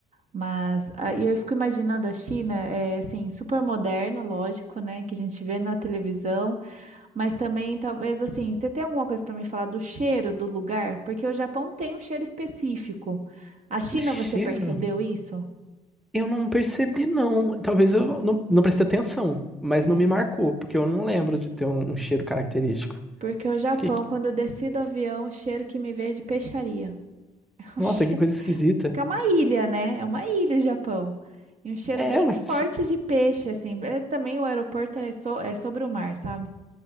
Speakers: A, on the right; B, in the centre.
A: Mas ah, e eu fico imaginando a China, é assim, super moderna, lógico, né, que a gente vê na televisão, Mas também, talvez assim, você tem alguma coisa para me falar do cheiro do lugar? Porque o Japão tem um cheiro específico. A China,
B: O cheiro?
A: você percebeu isso?
B: Eu não percebi, não. Talvez eu não, não prestei atenção, mas
A: É.
B: não me marcou, porque eu não lembro de ter um, um cheiro característico.
A: Porque o Japão,
B: Que, que-
A: quando eu desci do avião, o cheiro que me veio é de peixaria. <laughs> É
B: nossa,
A: um cheiro-
B: que coisa esquisita.
A: Porque é uma ilha, né? É uma ilha, o Japão. E um cheiro
B: É,
A: bem
B: mas.
A: forte de peixe, assim. É, também o aeroporto é, so... é sobre o mar, sabe?